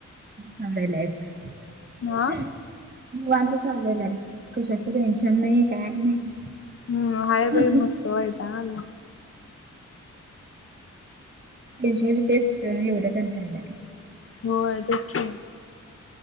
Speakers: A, on the right; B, on the left.
A: निवांत
B: हा
A: चाललेलं आहे कशाच टेन्शन नाही काय नाही
B: हम्म हाय बाई मस्त वैताग आलाय
A: त्यांची म्हणजे तेच एवढतणतालाय
B: होय तेच का